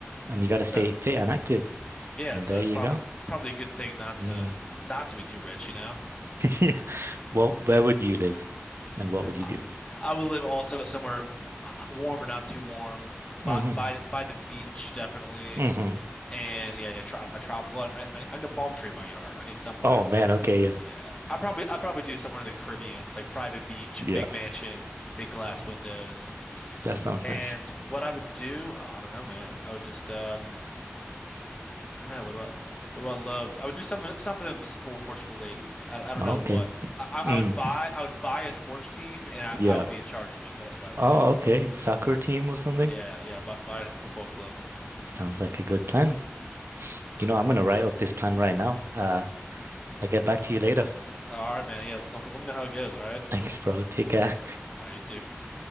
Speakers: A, on the right; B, on the left.
A: and you got to
B: So
A: stay fit and active.
B: yeah,
A: And
B: so
A: there
B: it's
A: you
B: probably
A: go.
B: probably a good thing not
A: Yeah.
B: to
A: <laughs>
B: not to be too rich, you know?
A: Yeah. Well, where would you live and what would you
B: I,
A: do?
B: I would live also somewhere warm but not too warm,
A: hmm
B: by by by the beach, definitely.
A: hmm
B: and yeah, yeah, tro- a tropical. I, I I need a palm tree in my yard. I need somewhere.
A: Oh man, okay, yeah.
B: Yeah. I probably I probably do somewhere in the Caribbean. It's like private beach,
A: Yeah,
B: big mansion, big glass windows.
A: that sounds
B: And
A: nice.
B: what I would do, oh, I don't know, man. I would just um I don't know. What do I what do I love? I would do something something that was sports related. I, don't- I don't
A: Oh,
B: know
A: Okay.
B: what. I, I I
A: Mm,
B: would buy I would buy a sports team and I,
A: yeah.
B: I would be in charge of it. That's what I would
A: Oh,
B: do.
A: okay. Soccer team or something?
B: Yeah, yeah, buy, buy a football club.
A: Sounds like a good plan. You know, I'm gonna write up this plan right now. Uh, I'll get back to you later.
B: All right, man. Yeah, l- let me know how it goes. All right.
A: <laughs> Thanks, bro. Take care.
B: All right, you too.